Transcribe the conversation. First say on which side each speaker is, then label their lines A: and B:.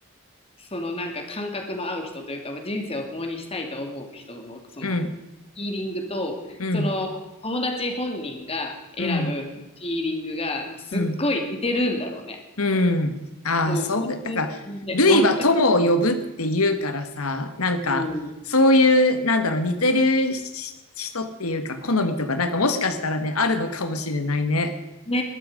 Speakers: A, on the left (about 25°); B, on the left (about 85°).
A: そのなんか感覚の合う人というか、まあ、人生を共にしたいと思う人の、その、
B: うん、
A: ヒーリングと、
B: うん、
A: その、友達本人が選ぶヒーリングが、
B: うん、
A: すっごい似てるんだろうね。
B: うん、うん。ああ、
A: もう、
B: そう、
A: 完全にね、
B: なんか、類は友を呼ぶって言うからさ、
A: わかる。
B: なんか、
A: うん。
B: そういう、なんだろう、似てるし人っていうか、好みとか、なんかもしかしたらね、あるのかもしれないね。
A: ね